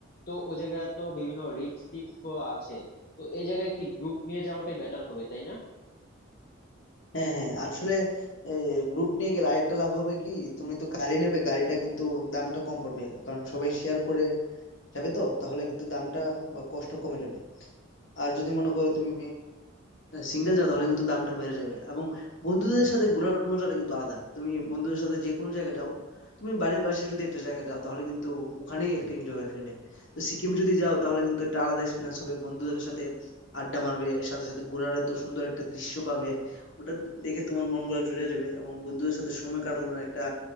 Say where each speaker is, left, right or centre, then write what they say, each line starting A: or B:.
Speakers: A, on the left; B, on the left.
A: তো ওই জায়গায় তো বিভিন্ন রিস্ক টিস্ক আছে তো এই জায়গায় কি গ্রুপ নিয়ে যাওয়াটাই বেটার হবে তাই না
B: হ্যাঁ হ্যাঁ আসলে গ্রুপ নিয়ে গেলে আরেকটা লাভ হবে কি তুমি তো গাড়ি নেবে গাড়িটা কিন্তু দামটা কম পড়বে কারণ সবাই শেয়ার করে যাবে তো তাহলে কিন্তু দামটা বা কষ্ট কমে যাবে আর যদি মনে করো তুমি সিঙ্গেল যাও তাহলে কিন্তু দামটা বেড়ে যাবে এবং বন্ধুদের সাথে ঘোরার মজাটা কিন্তু আলাদা তুমি বন্ধুদের সাথে যে কোনো জায়গায় যাও তুমি বাড়ির পাশে যদি একটা জায়গায় যাও তাহলে কিন্তু ওখানেই একটা এনজয় হয়ে যাবে তো সিকিম যদি যাও তাহলে কিন্তু একটা আলাদা এক্সপিরিয়েন্স হবে বন্ধুদের সাথে আড্ডা মারবে সাথে সাথে ঘোরার এত সুন্দর একটা দৃশ্য পাবে ওটা দেখে তোমার মন গুলা জুড়ে যাবে এবং বন্ধুদের সাথে সময় কাটানোর একটা